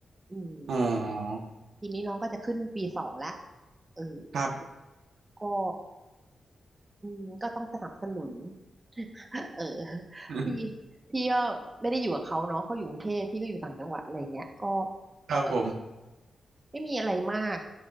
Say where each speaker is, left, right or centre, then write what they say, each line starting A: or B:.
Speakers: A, on the right; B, on the right.
A: อืม
B: อ๋อ
A: ทีนี้น้องก็จะขึ้นปีสองละเออ
B: ครับ
A: ก็ อืมก็ต้องสนับสนุน <laughs> เออ
B: <laughs>
A: พี่พี่ก็ไม่ได้อยู่กับเขาเนาะเขาอยู่กรุงเทพพี่ก็อยู่ต่างจังหวัดอะไรเงี้ยก็
B: ครับผม
A: เออไม่มีอะไรมาก